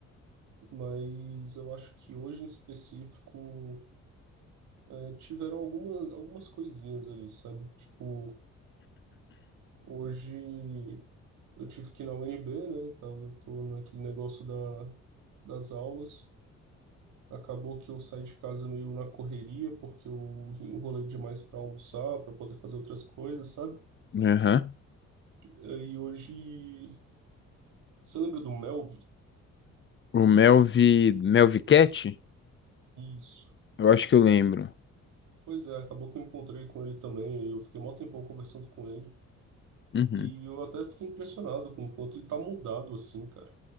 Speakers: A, on the right; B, on the left.
A: Mas eu acho que hoje em específico é, tiveram algumas, algumas coisinhas ali, sabe? Tipo, hoje eu tive que ir na UNB, né? Tava, tô naquele negócio da, das aulas. Acabou que eu saí de casa meio na correria, porque eu enrolei demais para almoçar, para poder fazer outras coisas, sabe?
B: Aham.
A: É, E hoje. Você lembra do Melvi?
B: O Melvi. Melvi Cat?
A: Isso.
B: Eu acho que eu lembro.
A: Pois é, acabou que eu encontrei com ele também, aí eu fiquei mó tempão conversando com ele,
B: Uhum.
A: e eu até fiquei impressionado com o quanto ele tá mudado assim, cara.